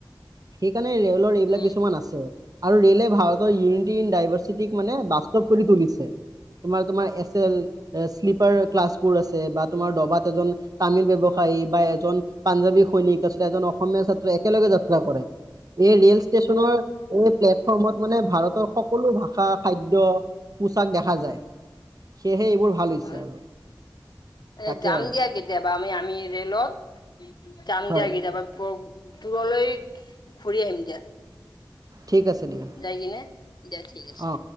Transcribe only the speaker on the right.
সেইকাৰণে ৰে'লৰ এইবিলাক
কিছুমান
আছে, আৰু ৰে'লে ভাৰতৰ ইউ ড্ৰাইভাৰ চিটিক মানে বাস্তৱ কৰি তুলিছে। তোমাৰ, তোমাৰ এছ এল, এ শ্লিপাৰ ক্লাছ বোৰ আছে বা তোমাৰ ডবাৰ এজন তামিল ব্যৱসায়ী বা এজন পাঞ্জাৱী সৈনিক আছে, এজন অসমীয়া ছাত্ৰ একেলগে যাত্ৰা কৰে এই ৰেল ষ্টেচনৰ এই প্লেটফৰ্মত মানে ভাৰতৰ সকলো ভাষা, খাদ্য, পোচাক দেখা যায়। সেয়েহে এইবোৰ ভাল হৈছে
আৰু।
তাকে
আৰু
হয়
ঠিক আছে দিয়া
অ